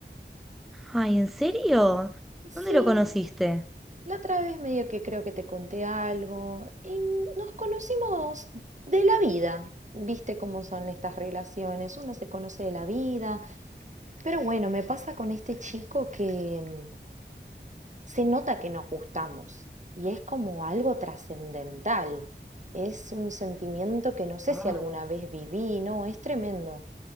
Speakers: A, in the centre; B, on the right.
A: Ay, ¿en serio?
B: Sí,
A: ¿Dónde lo conociste?
B: la otra vez medio que creo que te conté algo y nos conocimos de la vida. Viste cómo son estas relaciones, uno se conoce de la vida, pero bueno, me pasa con este chico que se nota que nos gustamos y es como algo trascendental. Es un sentimiento que no sé
A: Wow.
B: si alguna vez viví, no, es tremendo.